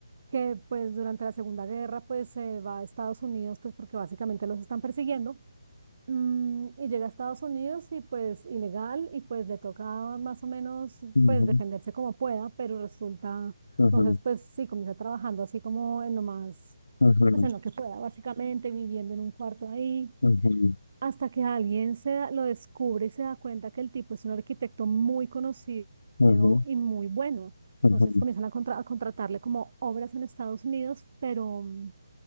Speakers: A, on the right (about 45°); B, on the left (about 65°).
A: que pues durante la Segunda Guerra pues se va a Estados Unidos pues porque básicamente los están persiguiendo. Mm, y llega a Estados Unidos y pues ilegal y pues le toca más o menos
B: ujú,
A: pues defenderse como pueda, pero resulta,
B: ujú,
A: entonces pues sí, comienza trabajando así como en lo más,
B: ujú,
A: pues en lo que pueda, básicamente viviendo en un cuarto ahí
B: ujú,
A: hasta que alguien se da- lo descubre y se da cuenta que el tipo es un arquitecto muy conocido
B: ujú,
A: y muy bueno.
B: ujú.
A: Entonces comienzan a, contra- a contratarle como obras en Estados Unidos, pero mm,